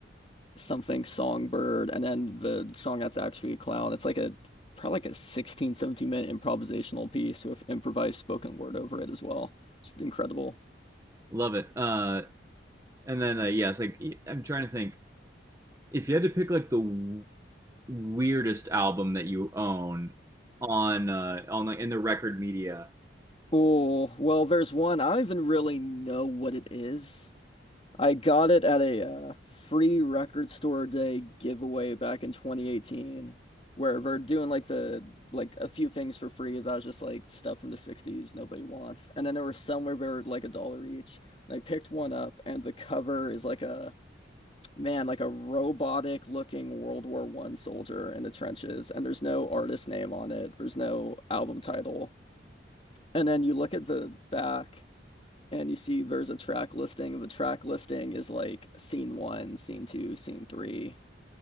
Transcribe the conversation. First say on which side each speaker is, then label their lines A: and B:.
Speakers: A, on the left; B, on the right.
A: something songbird and then the song that's actually a clown it's like a probably like a sixteen, seventeen minute improvisational piece with improvised spoken word over it as well it's incredible
B: Love it. Uh, and then uh, yes, yeah, like I'm trying to think. If you had to pick like the w- weirdest album that you own on uh, on like in the record media,
A: oh well there's one i don't even really know what it is I got it at a uh, free record store day giveaway back in 2018, where we're doing like the like a few things for free that was just like stuff from the 60s nobody wants, and then there were some where they were like a dollar each, and I picked one up, and the cover is like a man like a robotic looking World War One soldier in the trenches, and there's no artist name on it, there's no album title, and then you look at the back and you see there's a track listing. The track listing is like scene one, scene two, scene three.